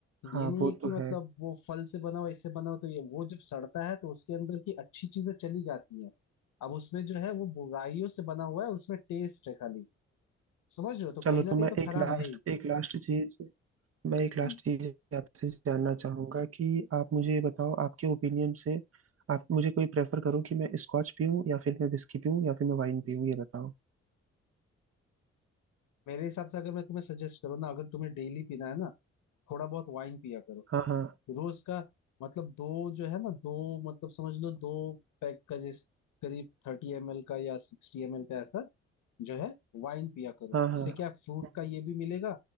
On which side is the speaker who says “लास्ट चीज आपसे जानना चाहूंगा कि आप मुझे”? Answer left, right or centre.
Right